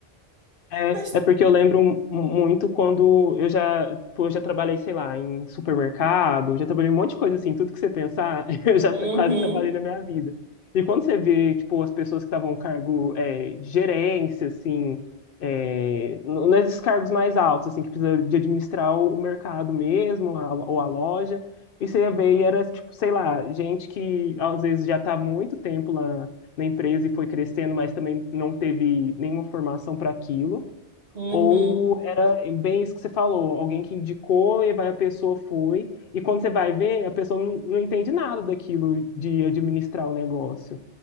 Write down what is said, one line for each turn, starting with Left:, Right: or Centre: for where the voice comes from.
Left: É,
Right: Mas,
Left: é porque eu lembro mu- muito quando eu já, pô, eu já trabalhei, sei lá, em supermercado, eu já trabalhei em um monte de coisa assim, tudo que você pensar, <laughs> eu já
Right: uhum,
Left: t- quase trabalhei na minha vida. E quando você vê, tipo, as pessoas que estavam no cargo é, de gerência, assim, é, n- nesses cargos mais altos, assim, que precisa de administrar o, o mercado mesmo, a- ou a loja, e você ia ver e era, tipo, sei lá, gente que às vezes já está há muito tempo lá na empresa e foi crescendo, mas também não teve nenhuma formação para aquilo.
Right: uhum.
Left: Ou era bem isso que você falou, alguém que indicou e vai a pessoa foi, e quando você vai ver, a pessoa não, não entende nada daquilo de administrar o negócio.